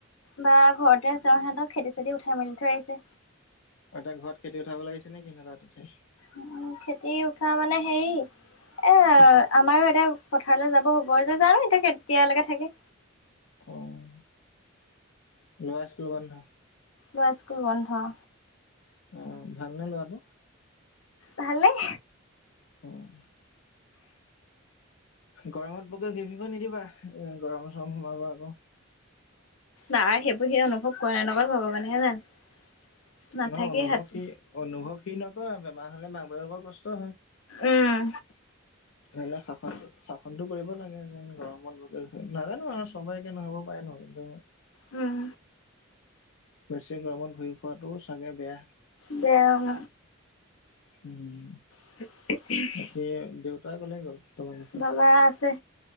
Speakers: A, on the left; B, on the left.
A: বা ঘৰতে আছে অঁ, সিহঁত খেতি চেতি উঠাই মেলি থৈ আহিছে।
B: এতিয়া ঘৰত খেতি উঠাবলে আহিছে নেকি, নে তাত উঠাই।
A: উম উম' খেতি উঠা মানে হেৰি- এ আ আমাৰো এতিয়া পথাৰলৈ যাব হ'ব যে। জানো এতিয়া কেতিয়ালৈকে থাকে?
B: অঁ' ল'ৰা স্কুল বন্ধ?
A: ল'ৰা স্কুল বন্ধ।
B: অঁ' ভালনে লৰাটো?
A: ভলেই।
B: উম। গৰমত বৰকৈ ঘুৰি ফুৰিব নিদিবা এ গৰম চৰম সোমাব আকৌ।
A: নাই সেইবোৰ সি অনুভৱ কৰে নে নকৰে ভগৱানে হে জানে। নাথাকেই
B: ন অনুভৱ
A: হাতী।
B: কি অনুভৱ সি নকৰে বেমাৰ হলে মাক বাপেকৰ কষ্ট হয়।
A: উম
B: ধৰি লোৱা শাসনতো শাসনতো কৰিব লাগে যেন গৰমত বৰকে ঘুৰ নাজানো আৰু চবৰে একে নহ'ব পাৰে ন হেইটো।
A: উম।
B: বেছি গৰমত ঘূৰি ফুৰাটো চাগে বেয়া।
A: বেয়া উম।
B: উম।
A: <unintelligible>
B: সে দেউতা ক'লে গ'ল? তোমালোকৰ
A: বাবা আছে